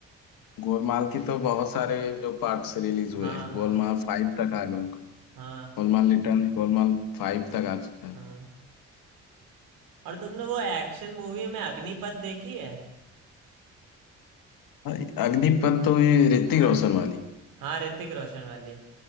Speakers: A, on the left; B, on the right.
A: गोलमाल की तो बहुत सारे जो पार्ट्स रिलीज हुए
B: हाँ
A: हैं
B: हाँ
A: गोलमाल फाइव तक आ गए
B: हाँ
A: गोलमाल रिटर्न गोलमाल फाइव तक आ चुका है
B: हाँ और तुमने वो एक्शन मूवी में अग्निपथ देखी है
A: भाई, अग्निपथ तो ये ऋतिक रोशन वाली
B: हाँ ऋतिक रोशन वाली